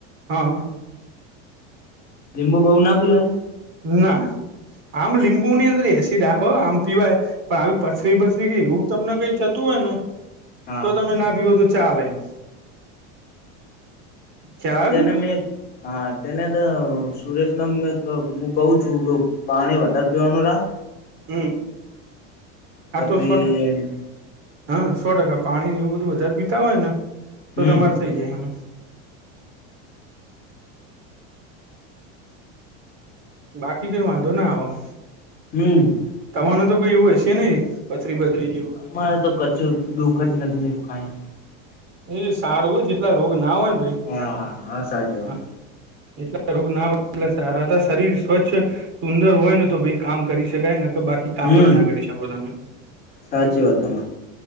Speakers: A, on the right; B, on the left.
A: હા હા.
B: લીંબુ બહુ ના પીવાય?
A: ના આમ લીંબુ ની અંદર એસિડ આવ આમ પીવાય. પણ આવી પથરી બથરી ગઈ એવું તમને કઈ થતું હોય ને
B: હા
A: તો તમે ના પીવો તો ચાલ એમ. ખ્યાલ આવે
B: તેને
A: તમને
B: મેં હા તેને ત સુરેશને મેં ત હું કહું છું. પાણી વધારે પીવાનું રાખ,
A: હમ
B: પછી
A: આતો શોટ હા સો ટકા પાણી એવું બધું વધારે પીતા હોય ને તો
B: હમ
A: તમારે થઇ જાય એમ. બાકી કઈ વાંધો ના આવ.
B: હમ.
A: તમાને તો કોઈ એવું હશે નહીં પથરી બથરી જેવું.
B: અમારે તો કછું દુઃખ જ નથી ને કાઈ.
A: એ સારું હોય જેટલા રોગ ના હોય ને ભાઈ,
B: હા હા સાચી વાત.
A: હા એટલા રોગ ના હોય એટલે સારા હતા શરીર સ્વચ્છ, સુંદર હોય ને તો ભાઈ કામ કરી શકાય નકર બાકી, કામ
B: હમ
A: જ ના કરી શકો તમે
B: સાચી
A: હમ,
B: વાત તમારે